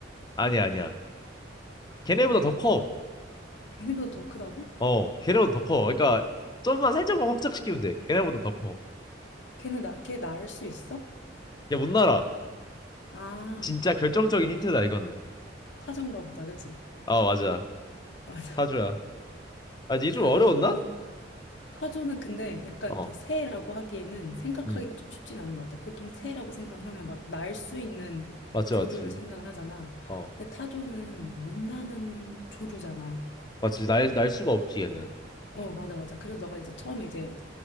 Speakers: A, on the left (about 20°); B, on the left (about 70°).
A: 아니야, 아니야. 걔네보다 더 커.
B: 걔네보다 더 크다고?
A: 어. 걔네보다 더 커. 그러니까 좀만 살짝만 확장시키면 돼. 걔네보다 더 커.
B: 걔네 나, 걔 낳을 수 있어?
A: 야, 못 날아.
B: 아,
A: 진짜 결정적인 힌트다 이거는.
B: 타조인가 보다, 그치?
A: 아, 맞아.
B: 맞아.
A: 타조야. 아, 이게 좀 어려웠나?
B: <laughs> 뭐, 타조는 근데 약간
A: 어.
B: 이렇게 새라고 하기에는 생각하기가
A: 음.
B: 좀 쉽진 않은 것 같아. 보통 새라고 생각을 하면 막 날 수 있는
A: 맞지,
B: 조류를
A: 맞지.
B: 생각을 하잖아.
A: 어.
B: 근데 타조는 못 나는 조류잖아.
A: 맞지. 날 날 수가 없지 얘는.
B: 어, 맞아, 맞아. 그래서 너가 이제 처음에 이제